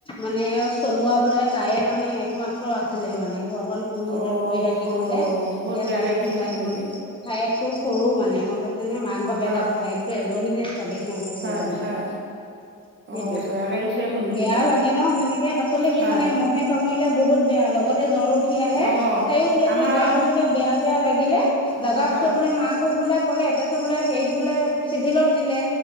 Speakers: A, on the left; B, on the right.
A: মানে চলোৱা বোলে, তাইয়ে মানে একমাত্ৰ আছিলে মানে। ঘৰখন পুহি
B: অ'
A: কৰি ৰাখিছিলে
B: হ'
A: এতিয়া
B: বহুত বেয়া
A: তাইয়ো
B: লাগিছে
A: ঢুকাই
B: শুনি
A: গ'ল।
B: যে
A: ভাইয়েকটো সৰু মানে গম পাই মানে মাক-বাপেক
B: হয়
A: আৰু ভাইকয়েতো এজনী হে ছোৱালী সিহঁতেৰ সেইজনী
B: হয় হয়
A: সেইটোৱেই।
B: অ' বেয়া লাগিছে শুনি
A: বেয়া
B: দেই
A: লাগে ন তেনেকে, আচলতে
B: হয়
A: কি জানে মহে কামুৰিলে বহুত বেয়া, লগতে জ্বৰ উঠি আহে,
B: অ'
A: তাইও বোলে
B: আমাৰ
A: সেই গাটো বোলে বেয়া-বেয়া লাগিলে
B: অ'
A: লগাৰ
B: হয়
A: পিছত বোলে মাকক বোলে কলে, তাৰপিছত বোলে, হেৰিত বোলে চিভিলত নিলে।